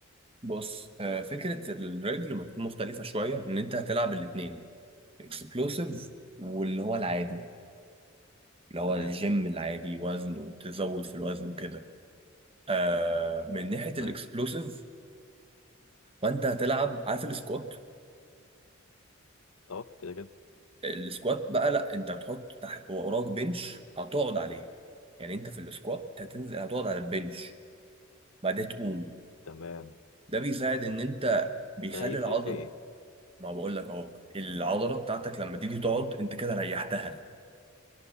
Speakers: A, on the right; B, on the left.
A: بص آه، فكره الرجل ما تكون مختلفه شويه ان انت هتلعب الاتنين اكسبلوسيف
B: امم
A: واللي هو العادي اللي هو
B: تمام
A: الجيم العادي وزن وتزود في الوزن وكده آه من ناحيه
B: تمام
A: الاكسبلوسيف فانت هتلعب عارف السكوات
B: اه كده كده
A: السكوات بقى لا انت هتحط تحت وراك بنش هتقعد عليه يعني انت في السكوات هتنزل هتقعد على البنش بعدين تقوم
B: تمام
A: ده بيساعد ان انت بيخلي
B: ده هيفرق
A: العضله
B: في ايه
A: ما بقول لك اهو العضله بتاعتك لما تيجي تقعد انت كده ريحتها